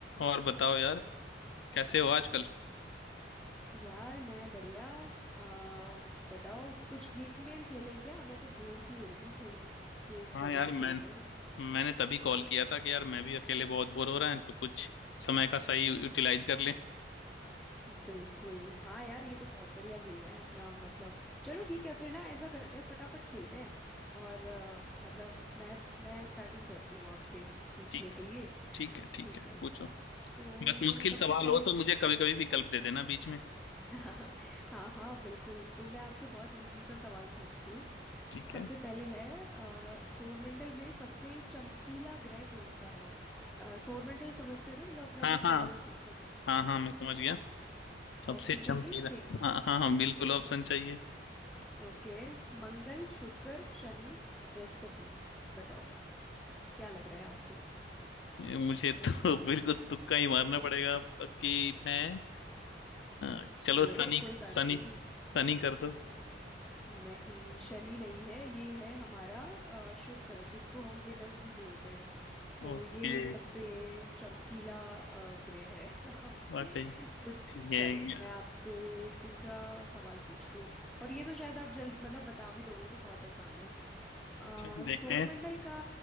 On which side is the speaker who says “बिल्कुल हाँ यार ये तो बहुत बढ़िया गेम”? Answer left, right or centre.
Centre